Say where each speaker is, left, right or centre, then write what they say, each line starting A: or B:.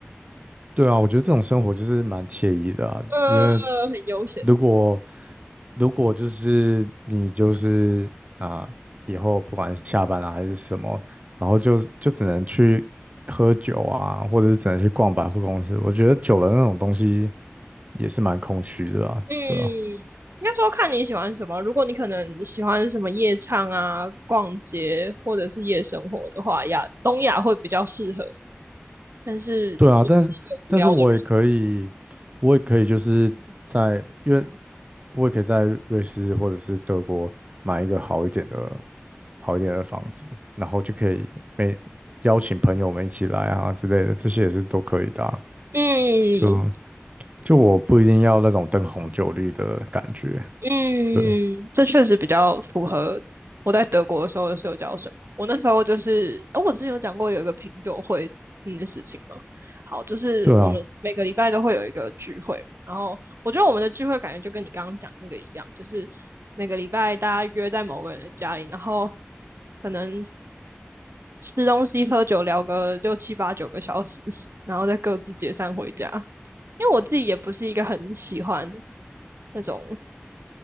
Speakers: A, on the right; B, on the right.
A: 对啊，我觉得这种生活就是蛮惬意的啊，
B: 嗯、
A: 因为
B: 很悠闲。
A: 如果如果就是你就是啊，以后不管是下班啊还是什么，然后就就只能去喝酒啊，或者是只能去逛百货公司，我觉得久了那种东西也是蛮空虚的啊，
B: 嗯，
A: 对啊
B: 应该说看你喜欢什么。如果你可能喜欢什么夜唱啊、逛街或者是夜生活的话，亚东亚会比较适合。但是我是一个无聊的
A: 对啊，但是但是我也可以，我也可以就是在，因为我也可以在瑞士或者是德国买一个好一点的、好一点的房子，然后就可以每邀请朋友们一起来啊之类的，这些也是都可以的啊
B: 人，
A: 就
B: 嗯，
A: 就我不一定要那种灯红酒绿的感觉。
B: 嗯，
A: 对
B: 这确实比较符合我在德国的时候的社交生活。我那时候就是，哦，我之前有讲过有一个品酒会那件事情吗？好，就是我们每个礼拜都会有一个聚会，
A: 对啊，
B: 然后我觉得我们的聚会感觉就跟你刚刚讲那个一样，就是每个礼拜大家约在某个人的家里，然后可能吃东西、喝酒、聊个六七八九个小时，然后再各自解散回家。因为我自己也不是一个很喜欢那种。